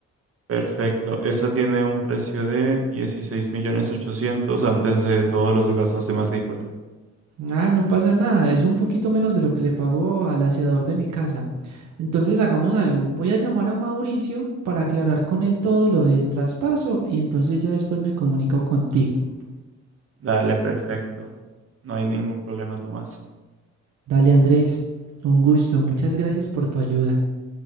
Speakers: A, on the right; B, on the right.
A: Perfecto. Esa tiene un precio de 16 millones 800 antes de todos los gastos de matrícula.
B: Ah, no pasa nada. Es un poquito menos de lo que le pagó al aseador de mi casa. Entonces hagamos algo. Voy a llamar a Mauricio para aclarar con él todo lo del traspaso y entonces ya después me comunico contigo.
A: Dale, perfecto. No hay ningún problema, Tomás.
B: Dale, Andrés. Un gusto. Muchas gracias por tu ayuda.